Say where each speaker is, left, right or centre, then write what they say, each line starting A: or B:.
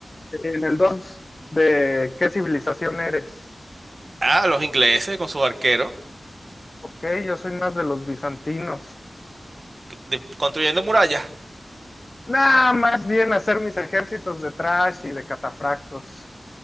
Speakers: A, on the left; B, on the right.
A: en el dos ¿de qué civilización eres?
B: Ah, los ingleses con sus arqueros
A: Ok, yo soy más de los bizantinos.
B: de- construyendo murallas.
A: Nada, más bien hacer mis ejércitos de trash y de catafractos.